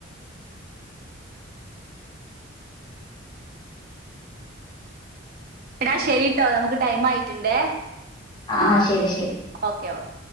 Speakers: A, on the right; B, on the left.
A: എന്നാ ശരിട്ടോ നമുക്ക് ടൈം ആയിട്ടുണ്ടേ
B: ആഹ് ആഹ് ശരി ശരി
A: ഓക്കെ ഓക്കെ